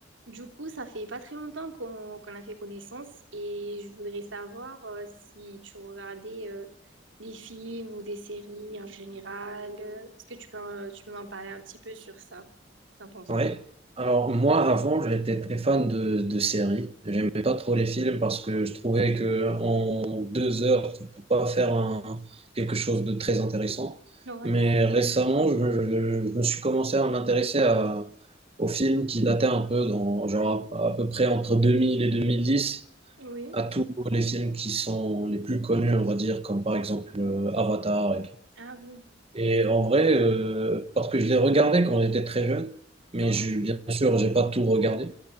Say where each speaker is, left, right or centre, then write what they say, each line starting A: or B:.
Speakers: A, on the right; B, on the right.
A: Du coup, ça fait pas très longtemps qu'on qu'on a fait connaissance et je voudrais savoir euh, si tu regardais euh, des films ou des séries en général. Euh, Est-ce que tu peux, euh, tu peux m'en parler un petit peu sur ça? T'en penses
B: Ouais.
A: quoi?
B: Alors moi avant j'étais très fan de, de séries. J'aimais pas trop les films parce que je trouvais que en deux heures tu peux pas faire un- quelque chose de très intéressant.
A: Ouais.
B: Mais récemment je, je- je me suis commencé à m'intéresser à- aux films qui dataient un peu dans genre à, à peu près entre 2000 et 2010.
A: Oui.
B: à tous les films qui sont les plus connus on va dire comme par exemple euh, Avatar.
A: Ah oui.
B: Et en vrai, euh, parce que je les regardais quand j'étais très jeune, mais
A: Ouais.
B: je, bien sûr, j'ai pas tout regardé.